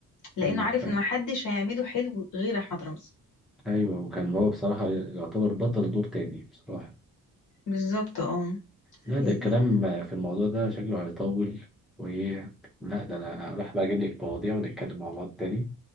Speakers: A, on the left; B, in the centre.
A: لانه
B: أيوه
A: عارف
B: فاهم
A: ان محدش هيعمله حلو غير احمد رمزي
B: أيوه وكان هو بصراحة يعتبر بطل دور تاني بصراحة
A: بالظبط اه
B: لا
A: حقيقي
B: ده الكلام في الموضوع ده شكله هيطول وإيه لا ده أنا راح بقى أجيب لك مواضيع ونتكلم مع بعض تاني